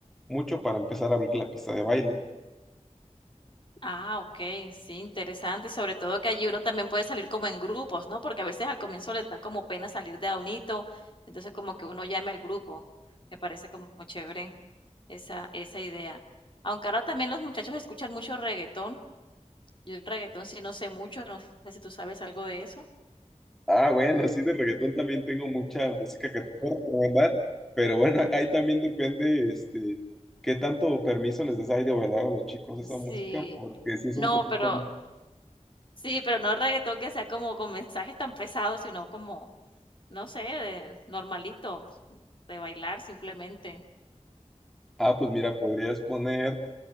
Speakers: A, in the centre; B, on the left.
A: mucho para empezar a abrir la pista de baile.
B: Ah, ok, sí, interesante. Y sobre todo que allí uno también puede salir como en grupos, ¿no? Porque a veces al comienzo les da como pena salir de a unito, entonces como que uno llame al grupo. Me parece como muy chévere esa, esa idea. Aunque ahora también los muchachos escuchan mucho reggaetón. Yo el reggaetón sí no sé mucho, no sé si tú sabes algo de eso.
A: Ah, bueno, así de reggaetón también tengo mucha música que te puedo recomendar, pero bueno, <laughs> ahí también depende, este, qué tanto permiso les des ahí de bailar a los chicos esa
B: Sí,
A: música, porque si es
B: no,
A: un poquito...
B: pero sí, pero no reggaetón que sea como con mensajes tan pesados, sino como, no sé, de normalito, de bailar simplemente.
A: Ah, pues mira, podrías poner